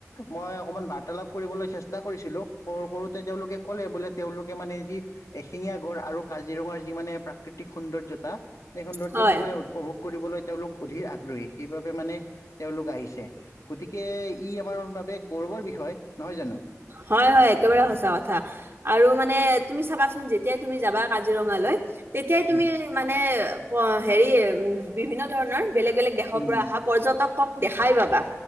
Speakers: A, on the left; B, on the right.
A: মই অকমান বাৰ্তালাপ কৰিবলৈ চেষ্টা কৰিছিলোঁ কৰো কৰোঁতে তেওঁলোকে ক'লে বোলে তেওঁলোকে মানে যি এশিঙীয়া গড় আৰু কাজিৰঙাৰ যি মানে প্ৰাকৃতিক সৌন্দৰ্যতা এই সৌন্দৰ্যটো
B: হয়
A: মানে উপভোগ কৰিবলৈ তেওঁলোক অধিৰ আগ্ৰহী সেইবাবে মানে তেওঁলোক আহিছে। গতিকে ই আমাৰ বাবে গৌৰৱৰ বিষয় নহয় জানো?
B: হয় -হয় একেবাৰে সঁচা কথা। আৰু মানে তুমি চাবাচোন যেতিয়াই তুমি যাবা কাজিৰঙালৈ তেতিয়াই তুমি
A: উম,
B: মানে হেৰি উম, বিভিন্ন ধৰণৰ বেলেগ- বেলেগ দেশৰ
A: উম,
B: পৰা
A: উম,
B: আহা পৰ্য্যটকক দেখাই পাবা